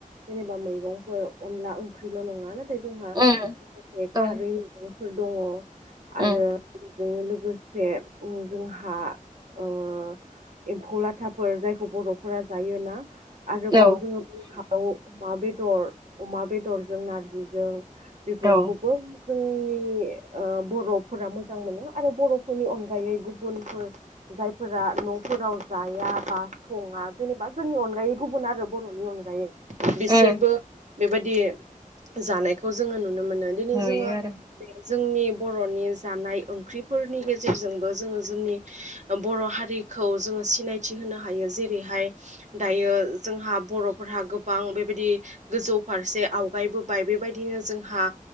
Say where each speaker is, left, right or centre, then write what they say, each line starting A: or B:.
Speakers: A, on the right (about 55°); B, on the right (about 30°).
A: जेनेबा मैगंफोर अनला ओंख्रिल' नङा ना थाय जोंहा माखासे
B: उम दं
A: खारै मैगंफोर दङ आरो
B: उम
A: जों लोगोसे ओम जोंहा ओ एम्फौ लाथाफोर जायखौ बर' फोरा जायोना आरोबाव
B: औ
A: जोङो <unintelligible> अमा बेद दर अमा बेदरजों नारजिजों बेफोरखौबो
B: औ
A: जोंनि ओ बर'फोरा मोजां मोनो आरो बर'फोरनि अनगायै गुबुनफोर जायफोरा न' फोराव जाया बा सङा जेनेबा जोंनि अनगायै गुबुन आरो बर'नि अनगायै बिसोरबो
B: उम
A: बेबायदि जानायखौ जोङो नुनो मोनो दिनै
B: नुयो
A: जोङो
B: आरो
A: बे जोंनि बर'नि जानाय ओंख्रिफोरनि गेजेरजोंबो जोङो जोंनि ओ बर' हारि खौ जोङो सिनायथि होनो हायो जेरैहाय दायो जोंहा बर'फोराहा गोबां बेबायदि गोजौ फारसे आवगायबोबाय बे बेबायदिनो जोंहा